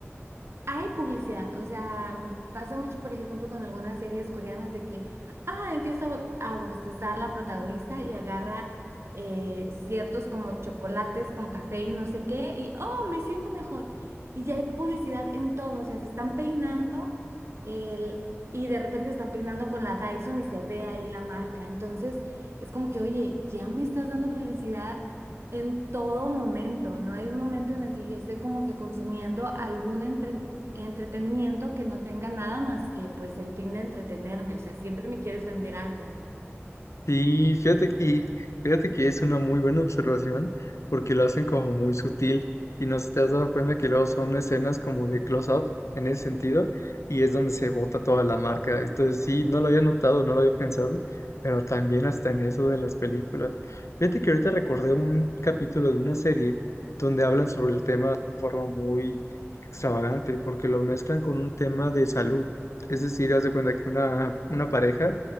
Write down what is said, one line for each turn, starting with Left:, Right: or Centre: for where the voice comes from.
Right: Hay publicidad, o sea, mm, pasa mucho, por ejemplo, con algunas series coreanas de que, ah, empieza a bo- a bostezar la protagonista y agarra eh, ciertos como chocolates con café y no sé qué, y, oh, me siento mejor. Y ya hay publicidad en todo, o sea, se están peinando el, y de repente están peinando con la Dyson y se ve ahí la marca. Entonces, es como que, oye, ya me estás dando publicidad en todo momento. No hay un momento en el que yo esté como que consumiendo algún entre- entretenimiento que no tenga nada más que pues el fin de entretenerme. O sea, siempre me quieres vender algo.
Left: Sí, fíjate, que- y fíjate que es una muy buena observación porque lo hacen como muy sutil y no sé si te has dado cuenta que luego son escenas como de close-up en ese sentido y es donde se bota toda la marca. Entonces sí, no lo había notado, no lo había pensado, pero también hasta en eso de las películas. Fíjate que ahorita recordé un capítulo de una serie donde hablan sobre el tema de forma muy extravagante porque lo mezclan con un tema de salud. Es decir, haz de cuenta que una, una pareja